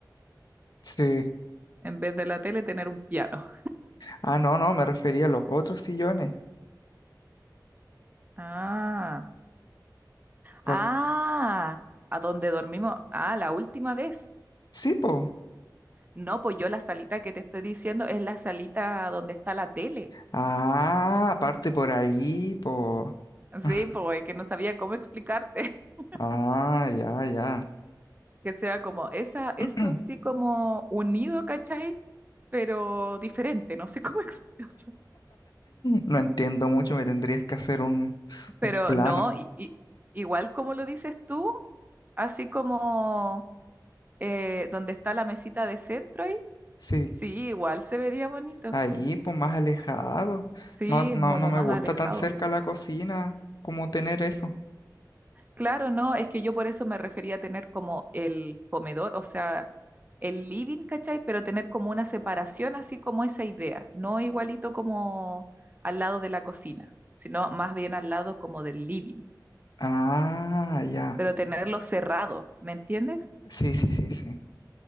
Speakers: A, on the left; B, on the right.
A: Sí.
B: en vez de la tele tener un piano.
A: Ah, no, no, me refería a los otros sillones.
B: Ah,
A: Por...
B: ah, a donde dormimos, ah, la última vez.
A: Sí, pues.
B: No, pues yo la salita que te estoy diciendo es la salita donde está la tele.
A: Ah, aparte por ahí, pues.
B: Sí,
A: <laughs>
B: pues que no sabía cómo explicarte. <laughs>
A: Ah, ya, ya.
B: Que sea como esa, eso
A: <clears throat>
B: sí como unido, ¿cachai? Pero diferente, no sé cómo <laughs> explicarlo.
A: No entiendo mucho, me tendrías que hacer un,
B: Pero
A: un plano.
B: no, i- i- igual como lo dices tú, así como eh, donde está la mesita de centro ahí,
A: Sí,
B: sí, igual se vería bonito.
A: ahí, pues más alejado.
B: Sí,
A: No, no,
B: como
A: no me
B: más
A: gusta
B: alejado.
A: tan cerca la cocina como tener eso.
B: Claro, no, es que yo por eso me refería a tener como el comedor, o sea, el living, ¿cachai? Pero tener como una separación, así como esa idea, no igualito como al lado de la cocina, sino más bien al lado como del living,
A: Ah, ya.
B: pero tenerlo cerrado, ¿me entiendes?
A: Sí, sí, sí, sí.